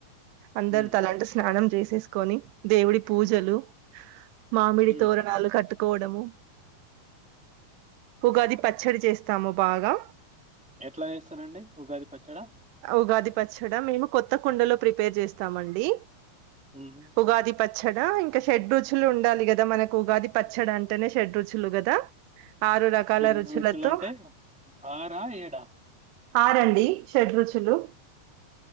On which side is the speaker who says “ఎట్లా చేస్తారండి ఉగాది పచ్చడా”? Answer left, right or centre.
Centre